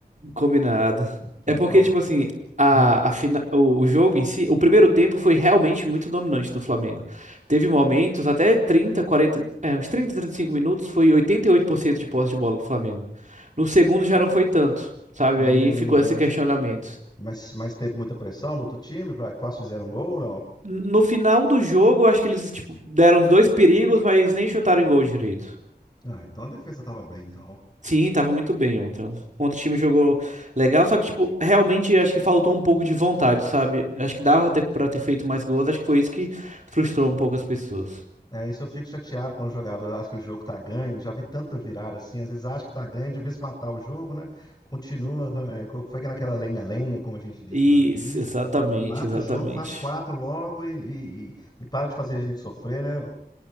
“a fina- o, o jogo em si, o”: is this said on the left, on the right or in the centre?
Right